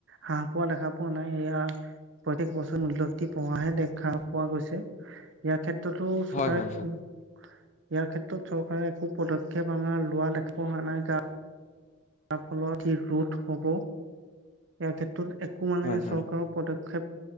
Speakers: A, on the right; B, on the left.
A: হ্ৰাস পোৱা দেখা পোৱা নাই, এয়া প্ৰত্যেক বছৰ মূল্যবৃদ্ধি পোৱাহে দেখা পোৱা গৈছে, ইয়াৰ ক্ষেত্ৰত ক্ষেত্ৰতো চৰকাৰে
B: হয় হয়
A: ইয়াৰ
B: হয়
A: ক্ষেত্ৰত চ একো পদক্ষেপ আমাৰ লোৱা দেখা পোৱা হোৱা নাই য যাৰ ফলত স ৰোধ হ'ব, ইয়াৰ ক্ষেত্ৰত ত একো মানে
B: হয় হয়
A: চৰকাৰৰ পদক্ষেপ